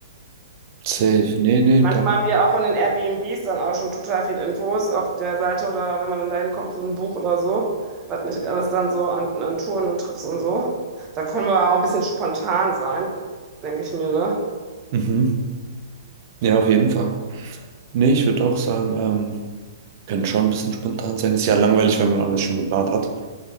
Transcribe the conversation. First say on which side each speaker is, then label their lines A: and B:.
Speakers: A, on the right (about 50°); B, on the right (about 25°).
A: Safe. Nee, nee,
B: Manchmal
A: da.
B: haben die ja auch von den Airbnbs dann auch schon total viel Infos auf der Seite oder wenn man dann dahin kommt, so ein Buch oder so, was nicht alles dann so an, an Touren und Trips und so. Da können wir auch ein bisschen spontan sein, denke ich mir, ne?
A: Mhm. Ja, auf jeden Fall. Nee, ich würde auch sagen, ähm, könnte schon ein bisschen spontan sein. Ist ja langweilig, wenn man alles schon geplant hat.